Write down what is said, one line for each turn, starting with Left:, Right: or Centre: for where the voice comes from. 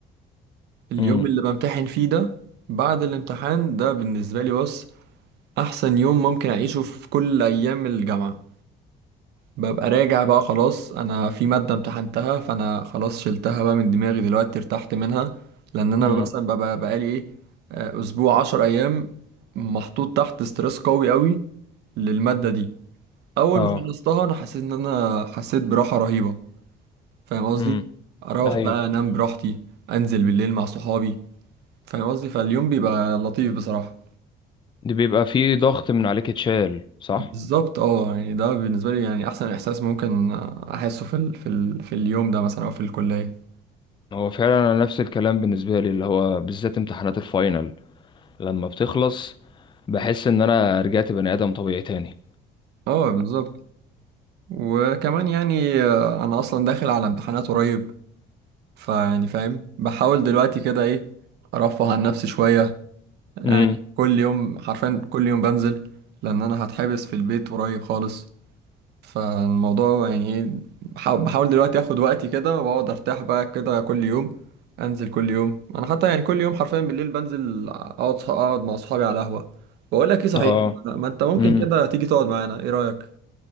Right: اليوم
Left: امم
Right: اللي بمتحن فيه ده بعد الامتحان ده بالنسبة لي بص أحسن يوم ممكن أعيشه في كل أيام الجامعة ببقى راجع بقى خلاص انا في مادة امتحنتها فانا خلاص شلتها بقى من دماغي دلوقتي ارتحت منها لان انا
Left: امم
Right: مثلا ببقى بقالي ايه آه، اسبوع عشر ايام محطوط تحت ستريس قوي قوي للمادة دي اول
Left: اه
Right: ما خلصتها انا حسيت ان انا حسيت براحة رهيبة فاهم قصدي
Left: امم
Right: اروح
Left: ايوه
Right: بقى انام براحتي انزل بالليل مع صحابي فاهم قصدي فاليوم بيبقى لطيف بصراحة
Left: دي بيبقى فيه ضغط من عليك اتشال صح
Right: بالظبط اه يعني ده بالنسبة لي يعني احسن احساس ممكن احسه في ال في ال في اليوم ده مثلا او في الكلية
Left: هو فعلا انا نفس الكلام بالنسبه لي اللي هو بالذات امتحانات الفاينل لما بتخلص بحس ان انا رجعت بني ادم طبيعي تاني
Right: اه بالظبط وكمان يعني آه، انا اصلا داخل على امتحانات قريب فيعني فاهم بحاول دلوقتي كده ايه ارفه عن نفسي شويه يعني
Left: امم
Right: كل يوم حرفيا كل يوم بنزل لان انا هتحبس في البيت قريب خالص فالموضوع يعني ايه بحاول بحاول دلوقتي اخد وقتي كده واقعد ارتاح بقى كده كل يوم انزل كل يوم انا حتى يعني كل يوم حرفيا بالليل بنزل اقعد اقعد مع اصحابي على قهوه بقول لك ايه صحيح
Left: اه
Right: ما انت ممكن
Left: امم
Right: كده تيجي تقعد معانا ايه رايك